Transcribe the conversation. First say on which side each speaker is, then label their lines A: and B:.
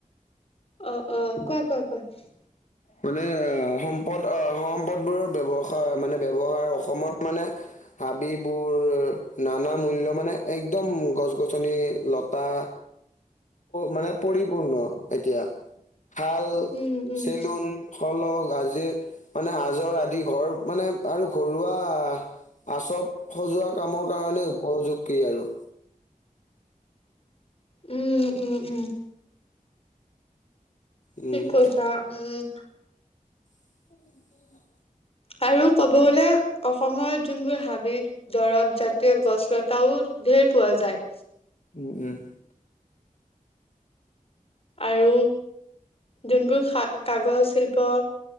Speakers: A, on the left; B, on the left.
A: অ' অ' কোৱা কোৱা কোৱা।
B: মানে আহ সম্পদ আহ সম্পদবোৰৰ ব্যৱহাৰ মানে ব্যৱহাৰ অসমত মানে হাবিবোৰ নানা মূল্য মানে একদম গছ গছনি লতা মানে পৰিপূৰ্ণ এতিয়া ভাল
A: উম উম
B: চেলুন সলহ গাজিৰ মানে আজৰ আদি ঘৰ মানে আৰু ঘৰুৱা আহ আচব সজোৱা কামৰ কাৰণে উপযোগী আৰু
A: উম, উম, উম।
B: উম
A: ঠিক কৈছা উম।
B: সেইবিলাক নকৰোঁ।
A: আৰু ক'ব গ'লে অসমৰ যোনবোৰ হাবিত দৰৱ জাতীয় গছ লতাও ঢেৰ পোৱা যায়।
B: উম, উম।
A: আৰু যোনবোৰা কাগজ শিল্প